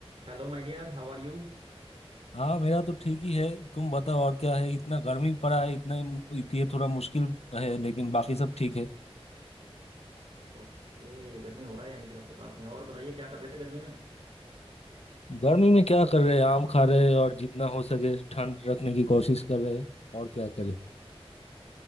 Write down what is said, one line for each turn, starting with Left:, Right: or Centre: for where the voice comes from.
Right: Hello my dear how are you
Left: हाँ मेरा तो ठीक ही है तुम बताओ और क्या है इतना गर्मी पड़ा है इतना ये थोड़ा मुश्किल है लेकिन बाकी सब ठीक है
Right: Okay गर्मी हो रहा है यानी कि आपके पास में और बताइए क्या कर रहे थे गर्मी में
Left: गर्मी में क्या कर रहे हैं आम खा रहे हैं और जितना हो सके ठंड रखने की कोशिश कर रहे हैं और क्या करें